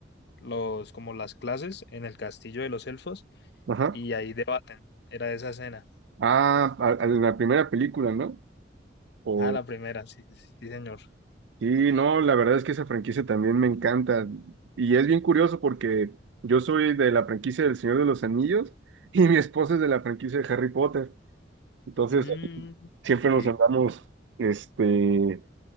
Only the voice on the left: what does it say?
los, como las clases en el castillo de los elfos
y ahí debaten. Era esa escena.
Ah, la primera, sí, sí, sí, señor.
Mm,
ok.